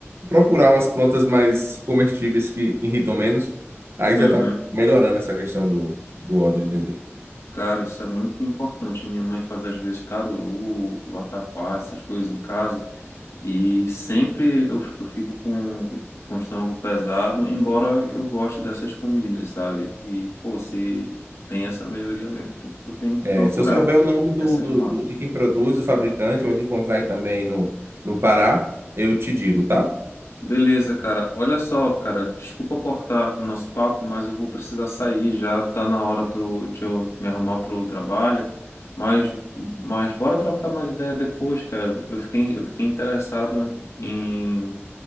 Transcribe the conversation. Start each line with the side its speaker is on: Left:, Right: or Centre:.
Right: procurar umas plantas mais comestíveis que irritam menos. Aí
Left: Uhum.
Right: já tá melhorando essa questão do, do óleo de dendê.
Left: Cara, isso é muito importante. A minha mãe faz às vezes caruru, vatapá, essas coisas em casa. E sempre eu, fi- eu fico com, com o estômago pesado, embora eu goste dessas comidas, sabe? E, pô, se tem essa melhoria mesmo, tem- eu tenho que
Right: É,
Left: procurar
Right: se eu souber o nome do,
Left: essas
Right: do-
Left: marcas.
Right: do- de quem produz, o fabricante, onde encontrar aí também no, no Pará, eu te digo, tá?
Left: Beleza, cara. Olha só, cara, desculpa cortar o nosso papo, mas eu vou precisar sair já, tá na hora do, de eu me arrumar pro trabalho. Mas, mas bora trocar mais ideia depois, cara. Eu fiquei, eu fiquei interessado em,